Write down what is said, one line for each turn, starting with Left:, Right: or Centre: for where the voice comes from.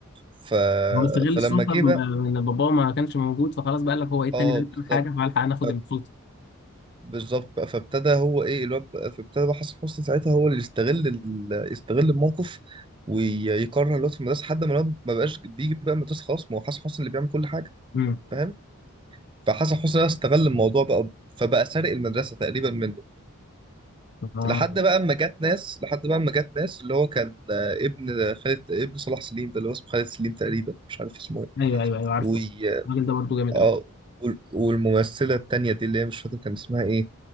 Right: ف...
Left: هو استغل
Right: فلما
Left: السلطه
Right: جه
Left: ب-
Right: بقى
Left: ان باباه ما كانش موجود فخلاص بقى لك هو ايه التاني
Right: اه
Left: ده بيعمل
Right: بالظبط
Left: حاجه فالحق ناخد
Right: ف-
Left: السلطه
Right: بالظبط بقى فابتدى هو ايه الواد بقى- فابتدى بقى حسن حسني ساعتها هو اللي يستغل ال... يستغل الموقف ويكره الواد في المدرسة لحد ما الواد ما بقاش بيجي بقى المدرسة خلاص ما هو حسن حسني اللي بيعمل كل حاجة
Left: امم
Right: فاهم فحسن حسني ده استغل الموضوع بقى فبقى سارق المدرسة تقريبا منه
Left: آه.
Right: لحد بقى اما جت ناس لحد بقى اما جت ناس اللي هو كان آه، ابن خالد ابن صلاح سليم ده اللي هو اسمه خالد سليم تقريبا مش عارف اسمه
Left: ايوه ايوه ايوه عارفه
Right: ايه
Left: الراجل ده برضو جامد
Right: اه وال- والممثلة التانية دي اللي هي مش فاكر كان اسمها ايه